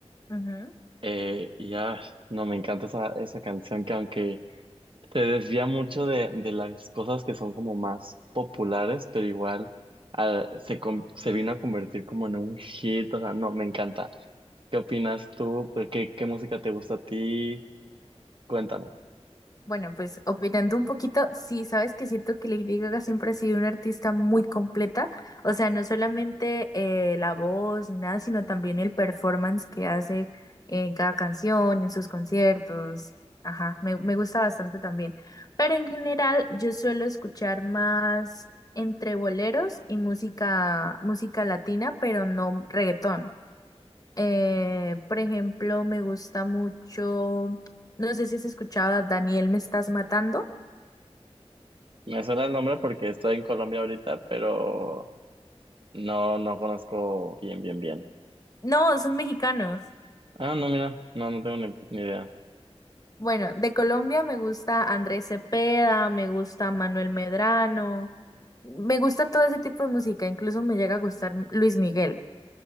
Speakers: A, on the left; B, on the right.
A: Ujú.
B: eh, y ya, no, me encanta esa, esa canción que aunque se desvía mucho de, de las cosas que son como más populares, pero igual ah, se, com- se vino a convertir como en un hit, o sea, no, me encanta. ¿Qué opinas tú? ¿Por ¿Qué, qué música te gusta a ti? Cuéntame.
A: Bueno, pues opinando un poquito, sí, sabes que siento que Lady Gaga siempre ha sido una artista muy completa, o sea, no solamente eh, la voz ni nada, sino también el performance que hace en cada canción, en sus conciertos. Ajá, me, me gusta bastante también. Pero en general, yo suelo escuchar más entre boleros y música, música latina, pero no reggaetón. Eh, por ejemplo, me gusta mucho, no sé si has escuchado a Daniel Me Estás Matando.
B: Me suena el nombre porque estoy en Colombia ahorita, pero no, no conozco bien, bien, bien.
A: No, son mexicanos.
B: Ah, no, mira, no, no tengo ni ni idea.
A: Bueno, de Colombia me gusta Andrés Cepeda, me gusta Manuel Medrano, me gusta todo ese tipo de música, incluso me llega a gustar Luis Miguel.